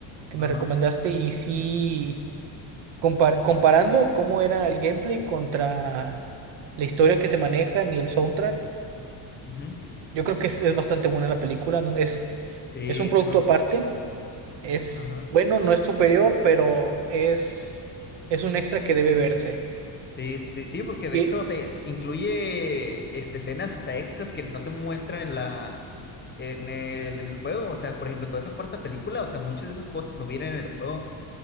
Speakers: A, on the right; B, on the left.
A: que
B: Ajá,
A: me recomendaste y sí, compar- comparando cómo era el gameplay contra la historia que se maneja y el soundtrack,
B: ujú.
A: yo creo que es, es bastante buena la película. Es,
B: Sí,
A: es un producto
B: se no.
A: aparte. Es,
B: Ajá.
A: bueno, no es superior, pero es, es un extra que debe verse.
B: Sí, sí, sí, sí, porque
A: Y,
B: de hecho, o sea, incluye este, escenas, o sea, extras que no se muestran en la, en el, en el juego. O sea, por ejemplo, toda esa cuarta película, o sea, muchas de esas cosas no vienen en el juego.